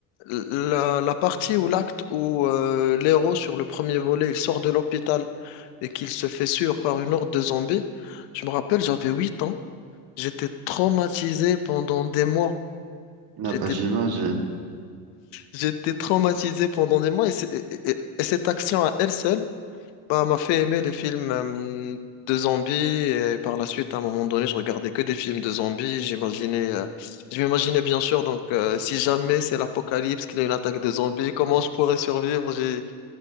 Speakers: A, on the left (about 70°); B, on the right (about 50°).
A: la, la partie ou l'acte où euh, l'héros sur le premier volet, il sort de l'hôpital et qu'il se fait suivre par une horde de zombies. Je me rappelle, j'avais 8 ans. J'étais traumatisé pendant des mois.
B: Ah
A: J'étais,
B: bah, j'imagine.
A: j'étais traumatisé pendant des mois. Et, c'est- et- et- et cette action à elle seule, bah, m'a fait aimer les films euh, de zombies. Et par la suite, à un moment donné, je regardais que des films de zombies. J'imaginais, euh, je m'imaginais bien sûr. Donc, euh, si jamais c'est l'apocalypse, qu'il y a une attaque de zombies, comment je pourrais survivre? J'ai,